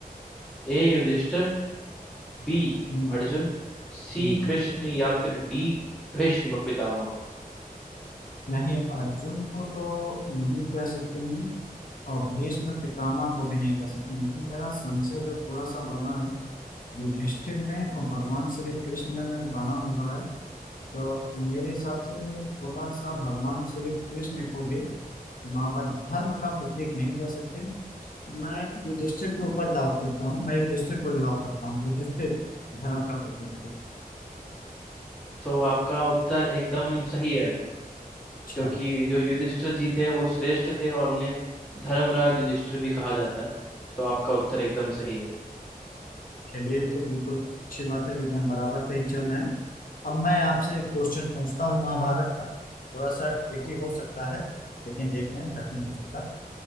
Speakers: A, in the centre; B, on the left.
A: A Yudhishthira B
B: हम्म,
A: Arjun C
B: हम्म।
A: Krishna या फिर डी भीष्म पितामह
B: नहीं अर्जुन को तो नहीं कह सकते हैं और भीष्म पितामह को भी नहीं कह सकते लेकिन मेरा संशय जो थोड़ा सा बना है युधिष्ठिर में और भगवान श्री कृष्ण में बना हुआ है तो मेरे हिसाब से थोड़ा सा भगवान श्री कृष्ण को भी मां धर्म का प्रतीक नहीं कह सकते मैं युधिष्ठिर के ऊपर दाव खेलता हूँ मैं युधिष्ठिर को लॉक करता हूँ युधिष्ठिर धर्म का प्रतीक है।
A: तो आपका उत्तर एकदम सही है
B: अच्छा
A: क्योंकि जो युधिष्ठिर जी थे वो श्रेष्ठ थे और उन्हें धर्मराज युधिष्ठिर भी कहा जाता है तो आपका उत्तर एकदम सही है
B: चलिए ये तो बिल्कुल अच्छी बात है लेकिन बराबर पे ही चल रहे हैं अब मैं आपसे एक क्वेश्चन पूछता हूँ महाभारत का थोड़ा सा ट्रिकी हो सकता है लेकिन देखते हैं कठिन हो सकता है